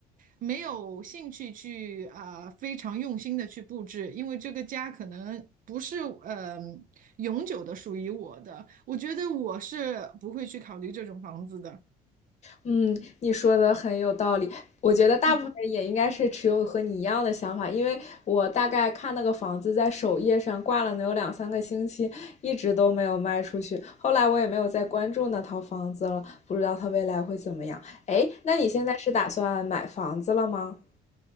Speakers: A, on the right; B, on the left.
A: 没有兴趣去啊、非常用心的去布置，因为这个家可能不是呃永久的属于我的。我觉得我是不会去考虑这种房子的。
B: 嗯，你说的很有道理，我觉得大部分人也应该是持有和你一样的想法，
A: 嗯。
B: 因为我大概看那个房子在首页上挂了能有两三个星期，一直都没有卖出去，后来我也没有再关注那套房子了，不知道它未来会怎么样。哎，那你现在是打算买房子了吗？